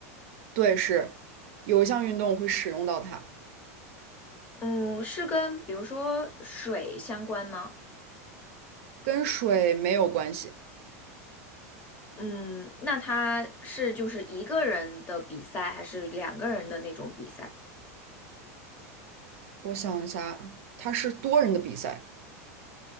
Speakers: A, on the right; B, on the left.
A: 对，是有一项运动会使用到它，
B: 嗯，是跟比如说水相关吗？
A: 跟水没有关系。
B: 嗯，那它是就是一个人的比赛，还是两个人的那种比赛？
A: 我想一下，它是多人的比赛，